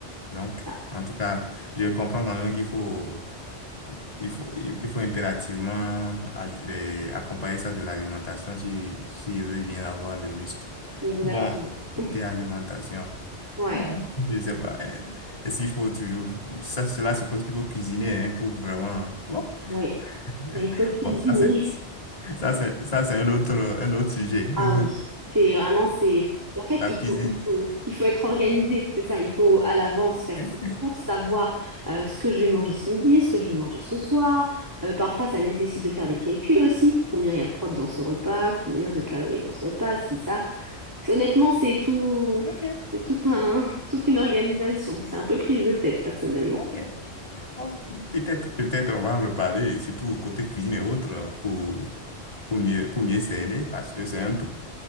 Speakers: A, on the left (about 35°); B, on the right (about 15°).
A: Donc,
B: Ça,
A: en tout cas, je comprends quand même qu'il faut. Il faut, il il faut impérativement aj- euh, accompagner ça de l'alimentation si, si je veux bien avoir le muscle.
B: Exactement.
A: Bon, côté
B: <laughs>
A: alimentation,
B: Ouais,
A: bon, je ne sais pas. euh, Est-ce qu'il faut toujours... Ça, cela suppose qu'il faut cuisiner hein, pour vraiment... Bon,
B: oui.
A: <laughs>
B: Il faut cuisiner.
A: bon ça, c'est, ça, c'est, ça, c'est un autre, un autre sujet.
B: Ah oui,
A: <laughs>
B: c'est vraiment, c'est... En fait,
A: La
B: il
A: cuisine.
B: faut, il faut, il faut être organisé, c'est ça. Il faut à l'avance faire
A: Hein?
B: ses courses, savoir euh, ce que je vais manger ce midi, ce que je vais manger ce soir. Euh, parfois, ça nécessite de faire
A: Oui.
B: des calculs aussi. Combien il y a de prot dans ce repas, combien de calories dans ce repas, si ça. C'est- Honnêtement, c'est tout,
A: Ok,
B: c'est tout un, <laughs> toute une organisation. C'est un peu prise de tête, personnellement.
A: ok. Oh, Peut-être, peut-être on va en reparler, surtout côté cuisine et autres, pour, pour mieux, pour mieux cerner, parce que c'est un tout.